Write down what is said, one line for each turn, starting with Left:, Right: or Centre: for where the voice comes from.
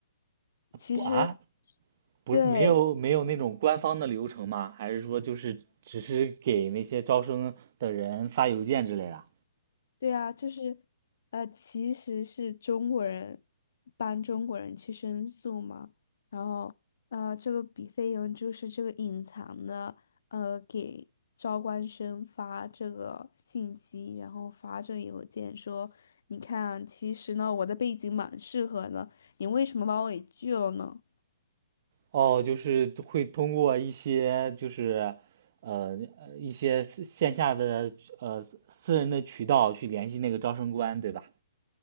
Left: 其实，
Right: 不啊？不是没有没有那种官方的流程吗？
Left: 对。
Right: 还是说就是只是给那些招生的人发邮件之类的？
Left: 对啊，就是，呃，其实是中国人帮中国人去申诉嘛，然后，呃，这个笔费用就是这个隐藏的，呃，给招官生发这个信息，然后发这个邮件说，你看啊，其实呢，我的背景蛮适合的，你为什么把我给拒了呢？
Right: 哦，就是会通过一些就是呃呃一些私线下的呃私人的渠道去联系那个招生官，对吧？